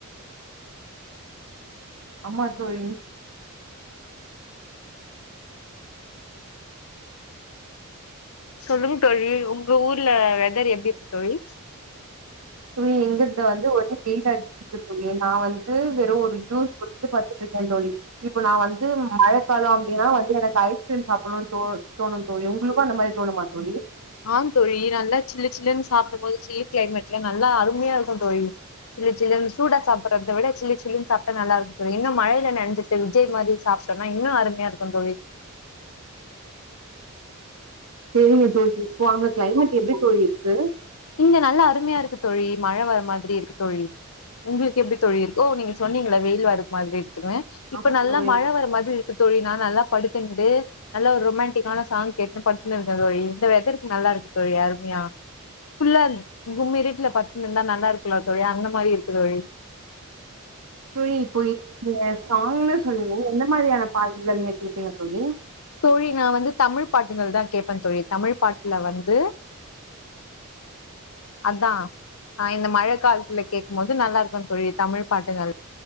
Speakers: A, on the right; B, on the left.
A: ஆமா தோழி
B: சொல்லுங்க தோழி உங்க ஊர்ல வெதரு எப்டி இருக்கு தோழி
A: தோழி எங்கள்தா வந்து ஒரே வெயிலா இருக்கு ஓகே தோழி நா வந்து வெறு ஒரு ஜுஸ் குடித்து படுத்துட்டு இருக்கே தோழி இப்ப நா வந்து மழ கால அப்டின்னா வந்து எனக்கு ஐஸ்கிரீம் சாப்புணும்னு தோணு தோணு தோழி உங்களுக்கு அந்த மாரி தோணுமா தோழி
B: ஆம் தோழி நல்லா சில்லு சில்லுன்னு சாப்டும் போது சில்லு கிளைமேட்ல்ல நல்லா அருமையா இருக்கு தோழி சில்லு சில்லுனு சூடா சாப்டுறத விட சில்லு சில்லுன்னு சாப்ட்டா நல்லா இருக்கு இன்ன மழைல நெனஞ் இந்த விஜய் மாதிரி சாப்ட்டோன்னா இன்னு அருமையா இருக்கு தோழி
A: செரிங்க தோழி இப்போ அங்க கிளைமேட் எப்டி தோழி இருக்கு
B: இங்க நல்லா அருமையா இருக்கு தோழி மழ வர மாதிரி இருக்கு தோழி உங்களுக்கு எப்டி தோழி இருக்கு ஓ நீங்க சொன்னீங்கள்ள வெயில் வர மாதிரி இருக்குன்னு இப்ப
A: ஆமா
B: நல்லா
A: தோழி
B: மழ வர மாதிரி இரு தோழி நா நல்லா படுத்தின்ட்டு நல்ல ஒரு ரொமாண்டிக்கான சாங் கேட்டு படி தின்னு இருக்கே தோழி இந்த வெதற்கு நல்லா இருக்கு தோழி அருமையா ஃபுல்லா கும்மிருட்டுல படு இருந்திருந்தா நல்லா இருக்குலா தோழி அந்த மாரி இருக்கு தோழி
A: தோழி இப்ப நீங்க சாங்னு சொன்னீங்க எந்த மாரியான பாடல்கள் நீங்க கேப்பீங்க தோழி
B: தோழி நா வந்து தமிழ் பாட்டுங்கள் தா கேப்பே தோழி தமிழ் பாட்டுல வந்து அதா இந்த மழ காலத்துல கேக்கும்போது நல்லா இருக்கு தோழி தமிழ் பாட்டுகள்